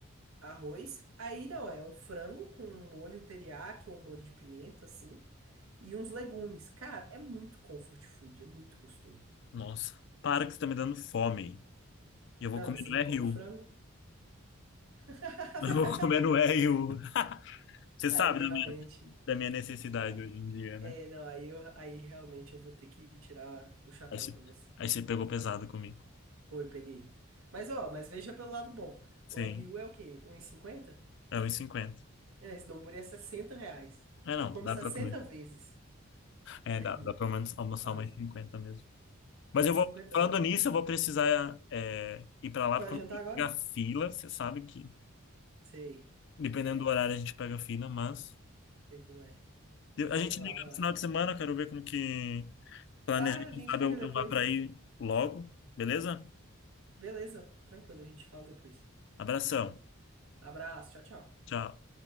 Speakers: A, on the right; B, on the left.
A: Arroz. Aí não, é um frango com um molho teriyaki ou um molho de pimenta, assim. E uns legumes. Cara, é muito comfort food, é muito gostoso.
B: Nossa, para que você tá me dando fome. E eu
A: Não,
B: vou comer
A: mas você
B: no
A: não
B: RU.
A: come frango? <laughs>
B: Eu vou comer no R1. Você
A: Aí
B: sabe
A: realmente.
B: da minha, da minha necessidade
A: ah,
B: hoje em dia,
A: É,
B: né?
A: não, aí, eu, aí realmente eu vou ter que tirar o chapéu
B: Aí você,
A: pra você.
B: aí você pegou pesado comigo.
A: Foi, peguei. Mas ó, mas veja pelo lado bom.
B: Sim,
A: O RU é o quê? 1,50?
B: é um e cinquenta.
A: É, esse Donburi é 60 reais.
B: É,
A: Você
B: não,
A: come
B: dá
A: 60
B: pra comer.
A: vezes
B: É,
A: na
B: dá,
A: Rio.
B: dá pelo menos almoçar
A: Quase.
B: mais 50 mesmo. Mas
A: Umas
B: eu vou,
A: 50
B: falando
A: vezes, vamos
B: nisso,
A: dizer.
B: eu vou precisar é, ir pra lá,
A: Tu
B: porque
A: vai jantar
B: eu não quero
A: agora?
B: pegar fila. Você sabe que,
A: Sei.
B: dependendo
A: É,
B: do horário, a gente pega fila, mas...
A: sei como é.
B: A
A: Pode
B: gente
A: ir lá,
B: liga
A: vai
B: no
A: lá.
B: final de semana, eu quero ver como que planeja.
A: Tá,
B: Quem
A: a gente
B: sabe
A: liga
B: eu,
A: depois.
B: eu vá pra aí logo, beleza?
A: Beleza, tranquilo, a gente fala depois.
B: Abração.
A: Abraço, tchau, tchau.
B: Tchau.